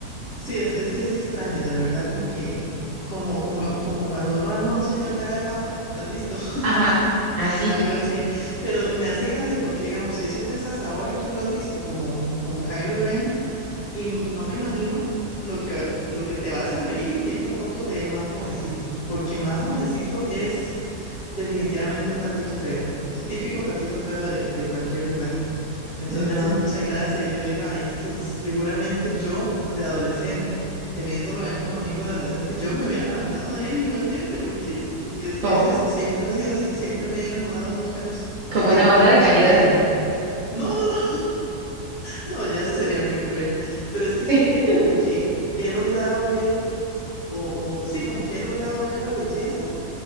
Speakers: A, on the left; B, on the right.
A: sí, es, es que es extraño, de verdad, como que, como, como, como cuando uno arma a un señor cara de papa, ¿has visto? <laughs>
B: ajá, así,
A: Algo así. Pero me hace gracia porque, digamos, si eso pensás ahora que lo has visto como, como Kylo Ren. Y m- no me imagino lo que, lo que te vas a reír viendo fotos de él más jovencito, porque más jovencito es definitivamente un patito feo, el típico patito feo de, de cualquier lugar. Entonces
B: no,
A: me hace mucha gracia y yo digo, ay, es que seguramente yo de adolescente, teniéndolo a él como amigo de adolescente, yo me hubiera enamorado de él igualmente, porque es,
B: como,
A: es eso, siempre ha sido así, siempre me he enamorado de los feos,
B: como
A: que tienen
B: una
A: buena
B: obra de
A: personalidad.
B: caridad.
A: No, no, no. No, ya eso sería muy cruel, pero es que siempre
B: <laughs>
A: como que he logrado ver, o, o sí, como que he logrado ver la belleza